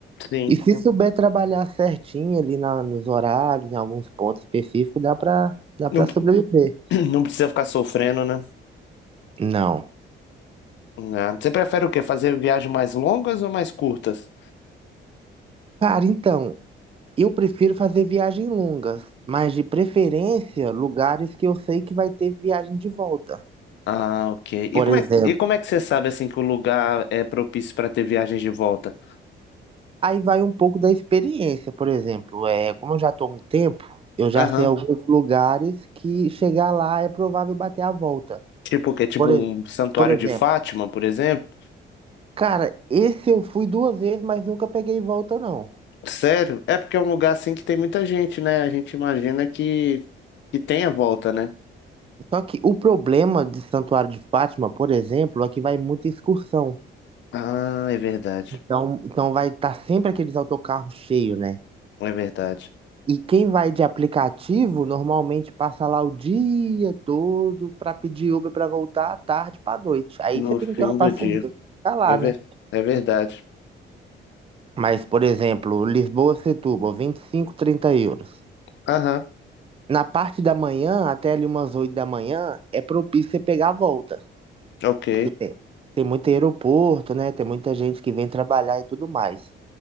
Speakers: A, on the left (about 65°); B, on the right (about 30°).
A: sim.
B: E se souber trabalhar certinho ali na- nos horários, em alguns pontos específicos, dá para dá
A: Não,
B: para sobreviver.
A: <clears throat> não precisa ficar sofrendo, né?
B: Não.
A: Ah, você prefere o quê? Fazer viagens mais longas ou mais curtas?
B: Cara, então, eu prefiro fazer viagens longas, mas de preferência lugares que eu sei que vai ter viagem de volta.
A: Ah, ok. E
B: Por
A: como
B: exemplo,
A: é, e como é que você sabe assim que o lugar é propício para ter viagens de volta?
B: Aí vai um pouco da experiência, por exemplo, é, como eu já estou há um tempo, eu já
A: Aham.
B: sei alguns lugares que chegar lá é provável bater a volta.
A: Tipo o quê? Tipo
B: Por,
A: um
B: ex-
A: santuário
B: por exemplo,
A: de Fátima, por exemplo?
B: cara, esse eu fui duas vezes, mas nunca peguei volta, não.
A: Sério? É porque é um lugar assim que tem muita gente, né? A gente imagina que que tenha volta, né?
B: Só que o problema de Santuário de Fátima, por exemplo, é que vai muita excursão.
A: Ah, é verdade.
B: Então, então vai estar sempre aqueles autocarros cheios, né?
A: É verdade.
B: E quem vai de aplicativo normalmente passa lá o dia todo pra pedir Uber pra voltar à tarde pra noite. Aí
A: No
B: você tem
A: fim
B: que ter uma paciência
A: do dia.
B: pra ficar lá,
A: É, ver...
B: né?
A: é verdade.
B: Mas, por exemplo, Lisboa-Setúbal, 25, 30 euros.
A: Aham,
B: Na parte da manhã, até ali umas 8 da manhã, é propício você pegar a volta.
A: ok.
B: Porque tem, tem muito aeroporto, né? Tem muita gente que vem trabalhar e tudo mais.